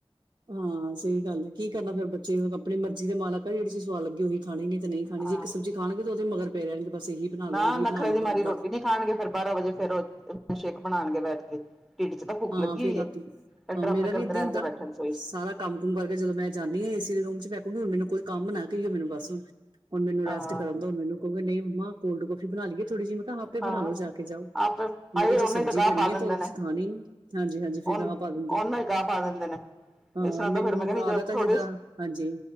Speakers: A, on the right (about 45°); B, in the centre.
A: ਹਾਂ ਸਹੀ ਗੱਲ ਹੈ ਕੀ ਕਰਨਾ ਫੇਰ ਬੱਚੇ ਆਪਣੀ ਮਰਜ਼ੀ ਦੇ ਮਾਲਕ ਆ ਜਿਹੜੀ ਚੀਜ਼ ਸਵਾਦ ਲੱਗੀ ਉਹੀ ਖਾਣੀ ਨੀ। ਤੇ ਨਹੀਂ ਖਾਣੀ
B: ਹਾਂ
A: ਜ ਇੱਕ ਸਬਜ਼ ਖਾਣਗੇ ਤੇ ਉਹਦੇ ਮਗਰ ਪਏ ਰਹਿਣਗੇ। ਬਸ ਇਹੀ ਬਣਾ
B: ਨਾ
A: ਲੋ ਇਹੀ
B: ਨਖਰੇ
A: ਬਣਾ ਲੋ
B: ਦੀ ਮਾਰੀ
A: ਬਸ
B: ਰੋਟੀ
A: ਬਸ
B: ਨੀ ਖਾਣਗੇ ਫਿਰ ਬਾਰਾਂ ਵਜੇ ਫੇਰ ਮੈਂਗੋ ਸ਼ੇਕ ਬਣਾਉਣਗੇ ਬੈਠ ਕੇ ਢਿੱਡ ਚ ਤਾਂ ਭੁੱਖ
A: ਹਾਂ
B: ਲੱਗੀ
A: ਫੇਰ
B: ਹੋਈ
A: ਰਾਤੀ
B: ਹੈ
A: ਹਾਂ
B: ਡਰਾਮੇ
A: ਮੇਰਾ
B: ਕਰਦੇ
A: ਵੀ ਏਦਾਂ
B: ਰਹਿਣਗੇ
A: ਹੀ ਹੁੰਦਾ।
B: ਬੈਠਣ ਸੋਈ ਚ
A: ਸਾਰਾ ਕੰਮ ਕੁਮ ਕਰਕੇ ਜਦੋਂ ਮੈ ਜਾਂਦੀ ਹਾਂ ਏ ਸੀ ਰੂਮ ਚ ਮੈਂ ਕਹਾਂਗੀ ਮੈਨੂੰ ਕੋਈ ਕੰਮ ਨਾ ਕਹੀਓ ਬਸ ਹੁਣ। ਹੁਣ ਮੈਨੂੰ ਰੈਸਟ
B: ਆਹ
A: ਕਰਨ ਦੋ ਹੁਣ ਮੈਨੂੰ ਕਹਿੰਗੇ ਨਹੀਂ ਮੰਮਾ ਕੋਲਡ ਕੋਫੀ ਬਣਾ ਲਈਏ ਥੋੜੀ ਜਿਹੀ ਮੈਂ ਕਿਹਾ ਹ ਆਪੇ
B: ਹਾਂ
A: ਬਣਾ ਲੋ ਜਾ ਕੇ ਜਾਓ।
B: ਆਪੇ
A: ਮੈਂ
B: ਹਾਏ
A: ਕਿਹਾ ਜ
B: ਉਹਨੇ
A: ਸਬਜ਼ੀ
B: ਤਾਂ ਗਾਹ
A: ਬਣੀ
B: ਪਾ
A: ਆ
B: ਦਿੰਦੇ
A: ਤਾ ਤੁਸੀਂ
B: ਨੇ
A: ਖਾਣੀ ਨੀ। ਹਾਂਜੀ ਹਾਂਜੀ ਫਿਰ
B: ਉਹ
A: ਗਾਹ ਪਾ ਦਿੰਦੇ।
B: ਉਹਨੂੰ ਹੀ ਗਾਹ ਪਾ ਦਿੰਦੇ ਨੇ
A: ਹਾਂ
B: ਇਸ ਤਰ੍ਹਾਂ
A: ਮੈਨੂੰ
B: ਤਾਂ ਫਿਰ ਮੈਂ ਕਹਿੰਦੀ ਜਦ
A: ਆਦਤ ਹੈ
B: ਥੋੜੇ
A: ਜਿੱਦਾ ਹਾਂਜੀ